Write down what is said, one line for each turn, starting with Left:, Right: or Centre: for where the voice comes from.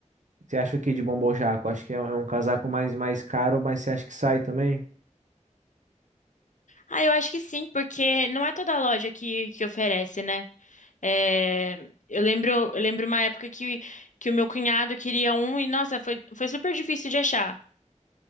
Right: Você acha o que de bombojaco? Acho que é, um, é um casaco mais, mais caro, mas você acha que sai também?
Left: Ah, eu acho que sim, porque não é toda loja que, que oferece, né? É, eu lembro, eu lembro uma época que, que o meu cunhado queria um e, nossa, foi, foi super difícil de achar.